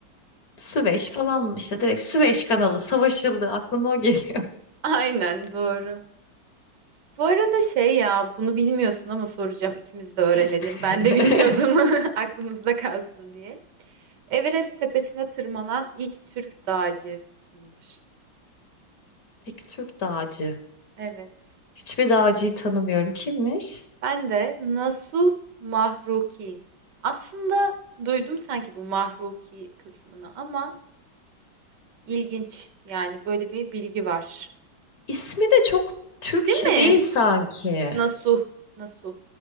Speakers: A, on the right; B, on the left.
A: <laughs>
B: Süveyş
A: Hı
B: falan
A: hı.
B: işte direkt Süveyş kanalı savaşıldı aklıma o geliyor.
A: Aynen doğru. Bu arada şey ya, bunu bilmiyorsun ama soracağım. İkimiz de öğrenelim.
B: <laughs>
A: Ben de bilmiyordum. <laughs> Aklımızda kalsın diye. Everest tepesine tırmanan ilk Türk dağcı kimdir?
B: Peki Türk dağcı.
A: Evet.
B: Hiçbir dağcıyı tanımıyorum. Kimmiş?
A: Ben de Nasuh Mahruki. Aslında duydum sanki bu Mahruki kısmını ama ilginç yani böyle bir bilgi var.
B: İsmi de çok Türkçe
A: Değil
B: değil
A: mi?
B: sanki.
A: Nasuh, Nasuh.